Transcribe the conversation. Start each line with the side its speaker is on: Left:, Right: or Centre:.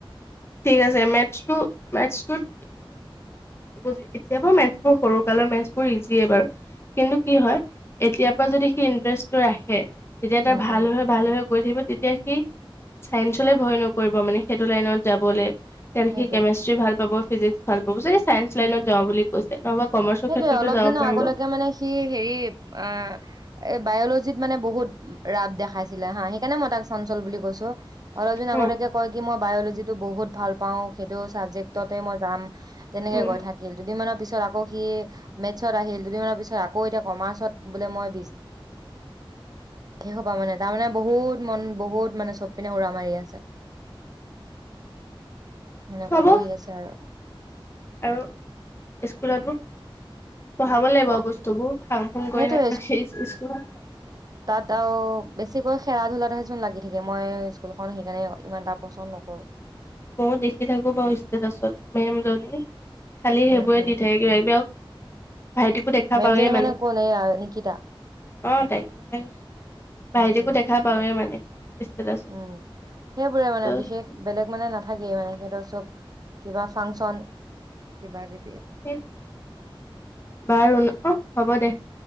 Left: ঠিক আছে মেথছ্ টো মেথছ্ টোত সি এতিয় পৰা মেথছৰ সৰু কালৰ মেথছ্ ইজিয়ে বাৰু কিন্তু কি হয় এতিয়াৰ পৰা যদি সি ইন্টাৰেষ্টটো ৰাখে তেতিয়া তাৰ
Right: উম
Left: ভাল
Right: উম
Left: হয় ভাল হয় গৈ থাকিব তেতিয়া সি চাইন্সলে ভয় নকৰিব মানে সেইটো লাইনত যাবলৈ তেতিয়া
Right: সেইটোয়ে
Left: সি কেমেষ্ট্ৰি ভাল পাব ফিজিক্স ভাল পাব ছায়ন্স লাইনত যাওঁ বুলি কৈছে নহবা কমাৰ্চৰ
Right: সেইটোয়ে
Left: ক্ষেত্ৰতো
Right: অলপ
Left: যাব
Right: দিনৰ
Left: পাৰিব।
Right: আগলৈকে মানে সি হেৰি অ এই বায়লজিত মানে বহুত ৰাপ দেখা খাইছিলে হা সেইকাৰণে মই তাক চঞ্চল বুলি কৈছো অলপ দিন আগলৈকে
Left: উম,
Right: কয় কি মই বায়'লজি টো বহুত ভাল পাওঁ সেইটোও ছাবজেক্ট ততে মই যাম তেনেকে
Left: উম,
Right: কৈ থাকিল দুদিনমানৰ পিছত আকৌ মেথছ্ত আহিল দুদিনমান পিছত আকৌ এতিয়া কমাৰ্চত বোলে মই সেই হোপা মানে তাৰমানে বহুত মন বহুত মানে চব পিনে উৰা মাৰি আছে
Left: <inaudible>
Right: সেনেকুৱা
Left: হব
Right: কৰি আছে আৰু
Left: আৰু স্কুলতো পঢ়াব লাগিব
Right: অ
Left: বস্তুবোৰ ফাং ফুং
Right: সেইটোয়ে
Left: কৰি নাথাকে স্কুল
Right: ত বেছিকৈ খেলা ধূলাতহেচোন লাগি থাকে মই স্কুলখন সেইকাৰণে ইমান এটা পচন্দ নকৰো
Left: মই ও দেখি থাকো বাৰু ষ্টেটাছ ত মেম জনিৰ খালি সেইবোৰে
Right: উম উম
Left: দি থাকে কিবা কিবি আৰু ভাইটিকো দেখা
Right: মেমজনী
Left: পাওৱে মানে
Right: কোন এই নিকিতা
Left: অ তাই
Right: উম
Left: ভাইটিকো
Right: উম
Left: দেখা পাওৱে মানে ষ্টেটাছত
Right: উম সেইবোৰে মানে
Left: ত'
Right: বিশেষ বেলেগ মানে নথাকে মানে ব কিবা ফাংচন কিবা কিবি
Left: উম। বাৰু ন' অ' হ'ব দে